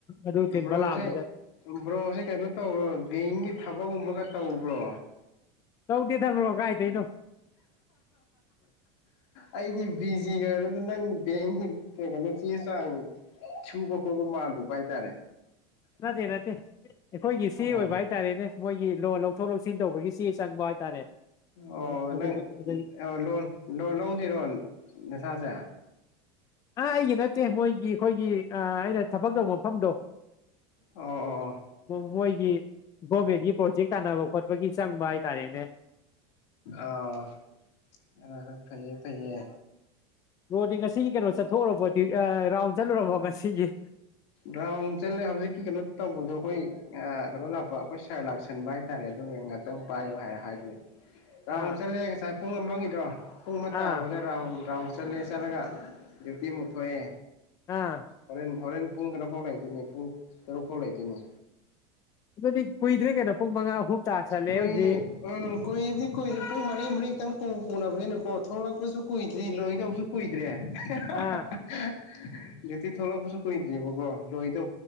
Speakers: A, on the left; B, on the left.
A: ꯑꯗꯨ ꯊꯤꯟꯕ
B: ꯕ꯭ꯔꯣꯁꯦ
A: ꯂꯥꯛꯑꯝꯃꯤꯖꯥꯠꯅꯤ
B: ꯕ꯭ꯔꯣꯁꯦ ꯀꯩꯅꯣ ꯇꯧ꯭ꯔꯣ ꯕꯦꯡꯒꯤ ꯊꯕꯛꯀꯨꯝꯕꯒ ꯇꯧꯕ꯭ꯔꯣ
A: ꯇꯧꯗꯦꯗ ꯕꯔꯣ ꯀꯥꯏꯗꯩꯩꯅꯣ
B: ꯑꯩꯗꯤ ꯕꯤꯖꯤꯒ ꯂꯩꯕꯗꯨꯗ ꯅꯪ ꯕꯦꯡꯒꯤ ꯀ ꯀꯩꯅꯣ ꯆꯦ ꯆꯥꯡ ꯁꯨꯕ ꯈꯣꯠꯄ ꯃꯥꯜꯂꯨꯕ ꯍꯥꯏꯇꯥꯔꯦ
A: ꯅꯠꯇꯦ ꯅꯠꯇꯦ ꯑꯩꯈꯣꯏꯒꯤꯏꯆꯦ
B: ꯑꯣ
A: ꯑꯣꯏꯕ ꯍꯥꯏꯇꯥꯔꯦꯅꯦ ꯃꯣꯏꯒꯤ ꯂꯣꯟ ꯂꯧꯊꯣꯛ ꯂꯧꯁꯤꯟ ꯇꯧꯕꯒꯤ ꯁꯤ ꯆꯡꯕ ꯍꯥꯏꯇꯥꯔꯦ
B: ꯑꯣ
A: ꯑꯗꯨꯒꯤ
B: ꯅꯪ
A: ꯑꯗꯩ
B: ꯂꯣꯟ ꯂꯣꯟ ꯂꯧꯗꯣꯏꯔꯣ ꯅꯁꯥꯁꯦ
A: ꯑꯥ ꯑꯩꯒꯤ ꯅꯠꯇꯦ ꯃꯣꯏꯒꯤ ꯑꯩꯈꯣꯏꯒꯤ ꯑꯩꯅ ꯊꯕꯛ ꯇꯧꯕ ꯃꯐꯝꯗꯣ
B: ꯑꯣ ꯑꯣ
A: ꯃꯣꯏꯒꯤ ꯒꯣꯔꯃꯦꯟꯒꯤ ꯄ꯭ꯔꯣꯖꯦꯛ ꯇꯥꯟꯅꯕ ꯈꯣꯠꯄꯒꯤ ꯆꯪꯕ ꯍꯥꯏꯇꯥꯔꯦꯅꯦ
B: ꯑꯣ ꯑ ꯍꯣꯏ ꯐꯩꯌꯦ ꯐꯩꯌꯦ
A: ꯕꯔꯣꯗꯤ ꯉꯁꯤꯒꯤ ꯀꯩꯅꯣ ꯆꯠꯊꯣꯛꯎꯔꯕꯣꯗꯤ ꯔꯥꯎꯟ ꯆꯠꯂꯨꯔꯕꯣ ꯉꯁꯤꯒꯤ
B: ꯔꯥꯎꯟ ꯆꯠꯂꯦ ꯍꯧꯖꯤꯛꯀꯤ ꯀꯩꯅꯣ ꯇꯧꯕꯗꯣ ꯑꯩꯈꯣꯏ ꯀꯩꯅꯣ ꯂꯥꯛꯄ ꯑꯩꯈꯣꯏ ꯁꯥꯔ ꯂꯥꯛꯁꯟꯕ ꯍꯥꯏꯇꯥꯔꯦ ꯑꯗꯨꯒ ꯉꯍꯥꯛꯇꯪ ꯄꯥꯏꯌꯣ ꯍꯥꯏꯔ ꯍꯥꯏꯕꯅꯦ ꯔꯥꯎꯟ
A: ꯑꯥ
B: ꯆꯠꯂꯦ ꯉꯁꯥꯏ ꯄꯨꯡ ꯑꯃꯒꯤꯗꯣ ꯄꯨꯡ ꯑꯃ
A: ꯑꯥ
B: ꯇꯥꯕꯗ ꯔꯥꯎꯟ ꯔꯥꯎꯟ ꯆꯠꯂꯦ ꯆꯂꯒ ꯗꯌꯨꯇꯤ ꯑꯃꯨꯛ ꯊꯣꯛꯑꯦ
A: ꯑꯥ
B: ꯍꯣꯔꯦꯟ ꯍꯣꯔꯦꯟ ꯄꯨꯡ ꯀꯩꯅꯣ ꯐꯧ ꯂꯩꯗꯣꯏꯅꯦ ꯄꯨꯡ ꯇꯔꯨꯛ ꯐꯧ ꯂꯩꯗꯣꯏꯅꯦ
A: ꯑꯗꯨꯗꯤ ꯀꯨꯏꯗꯔ꯭ꯦ ꯀꯩꯅꯣ ꯄꯨꯡ ꯃꯉꯥ ꯑꯍꯨꯝ ꯇꯥꯁꯜꯂꯦ
B: ꯀꯨꯏ
A: ꯍꯧꯖꯤꯛ
B: ꯎꯝ ꯀꯨꯏꯕꯗꯤ ꯀꯨꯏꯗꯦ ꯄꯨꯡ ꯃꯔꯤ ꯃꯔꯤ ꯈꯤꯇꯪ ꯄꯨ ꯅꯕꯅꯤꯅ ꯀꯣ ꯊꯣꯛꯂꯛꯄꯁꯨ ꯀꯨꯏꯗ꯭ꯔꯤ ꯂꯣꯏꯗꯧ ꯁꯨ ꯀꯣꯏꯗ꯭ꯔꯦ
A: ꯑꯥ
B: <unintelligible> ꯌꯛꯇꯤ ꯊꯣꯛꯂꯛꯄꯁꯨ ꯀꯨꯏꯗ꯭ꯦꯕꯀꯣ ꯂꯣꯏꯗ